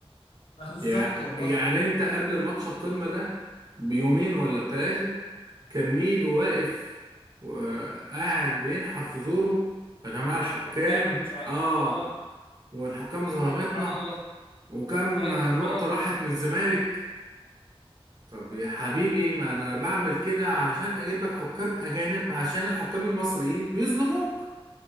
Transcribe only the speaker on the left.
<laughs> آه، بالظبط
والله
عشان حكام ومش عارف
ايه اه
سبحان الله
ايوه سبحان
الله